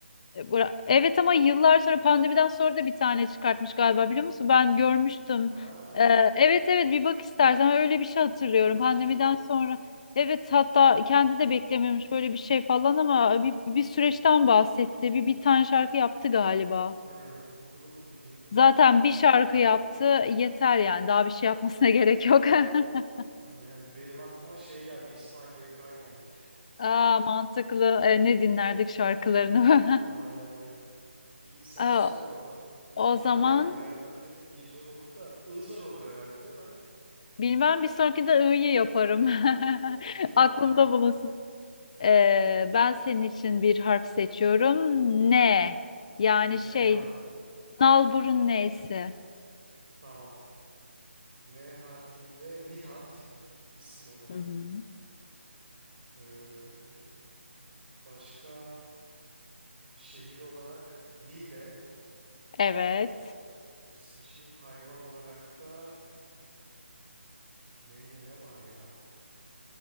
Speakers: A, on the left (about 30°); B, on the right (about 50°).
A: E, bura- Evet ama yıllar sonra pandemiden sonra da bir tane çıkartmış galiba biliyor musun? Ben görmüştüm.
B: Ha,
A: Ee, evet evet bir bak istersen öyle bir şey hatırlıyorum
B: olur bir bakayım.
A: pandemiden sonra. Evet hatta kendi de beklemiyormuş böyle bir şey falan ama bir, bir süreçten bahsetti. Bir, bir tane şarkı yaptı galiba.
B: Hmm, olur olur bir dinleyeyim
A: Zaten
B: bakayım.
A: bir şarkı yaptı yeter yani daha bir şey yapmasına gerek yok. <laughs>
B: Aynen. Benim aklıma şey geldi. İsmail YK geldi.
A: Aa, mantıklı. E, ne dinlerdik şarkılarını?
B: <laughs> Aynen aynen. İyi
A: <laughs>
B: sen
A: Aa,
B: söyle bakalım. İyi
A: o
B: kolay
A: zaman
B: geldi ya. Ben dedim iyi zor olur da. I zor olur herhalde değil mi?
A: bilmem bir sonrakinde I'yı yaparım. <laughs>
B: Gerçi I
A: Aklımda
B: var ya.
A: bulunsun. Ee, ben senin için bir harf seçiyorum. ne Yani
B: N
A: şey
B: harfi.
A: nalburun neyse.
B: Tamam. N harfiyle Nihat isim olarak.
A: Hı hı.
B: Ee, başka şehir olarak Niğde
A: Evet.
B: isim şehir. Hayvan olarak da neyle ne var ya?